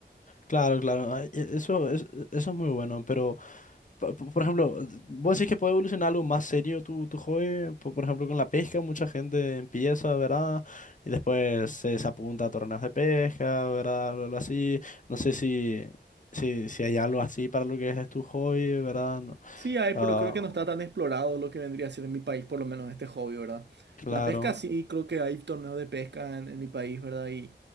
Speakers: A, on the left (about 45°); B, on the right (about 65°).
A: Claro, claro, ah, e- eso, es- eso es muy bueno, pero... Por, por ejemplo, vos decís que puede evolucionar algo más serio tu, tu hobby. Por, por ejemplo, con la pesca, mucha gente empieza, ¿verdad? Y después se, se apunta a torneos de pesca, ¿verdad? Algo algo así. No sé si, si, si hay algo así para lo que es tu hobby, ¿verdad? No.
B: Sí hay,
A: Ah,
B: pero creo que no está tan explorado lo que vendría a ser en mi país, por lo menos este hobby, ¿verdad?
A: claro.
B: La pesca sí, creo que hay torneos de pesca en, en mi país, ¿verdad? Y,